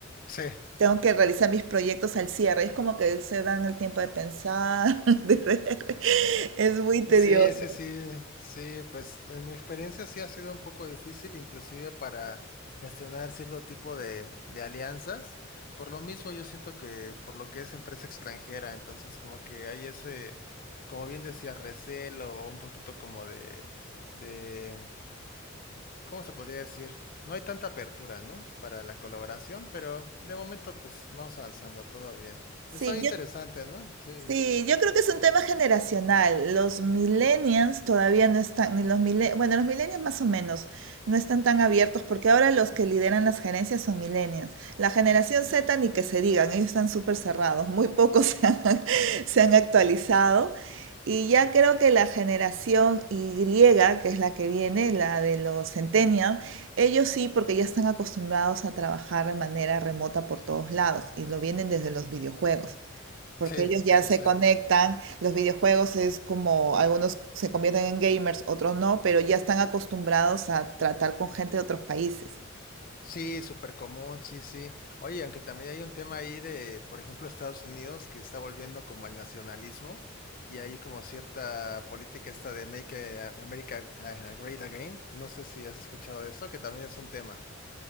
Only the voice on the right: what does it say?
Tengo que realizar mis proyectos al cierre. Es como que se dan el tiempo de pensar, <laughs> de ver. Es muy tedioso.
Sí,
yo
Sí, yo creo que es un tema generacional. Los millennials todavía no están, ni los mille- bueno, los millennials más o menos no están tan abiertos porque ahora los que lideran las gerencias son millennials. La generación Z ni que se digan, ellos están súper cerrados, muy pocos <laughs> se han, se han actualizado. Y ya creo que la generación Y, que es la que viene, la de los centennials, ellos sí, porque ya están acostumbrados a trabajar de manera remota por todos lados y lo vienen desde los videojuegos porque
ellos ya
se
conectan, los videojuegos es como algunos se convierten en gamers, otros no, pero ya están acostumbrados a tratar con gente de otros países.